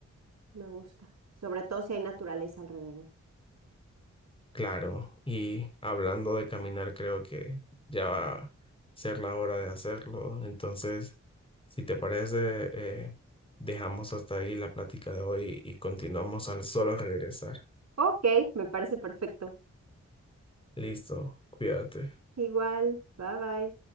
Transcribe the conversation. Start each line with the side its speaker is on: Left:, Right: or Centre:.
Right: me gusta. Sobre todo si hay naturaleza alrededor.
Left: Claro, y hablando de caminar, creo que ya va a ser la hora de hacerlo. Entonces, si te parece, eh, dejamos hasta ahí la plática de hoy y continuamos al solo regresar.
Right: Ok, me parece perfecto.
Left: Listo, cuídate.
Right: Igual, bye bye.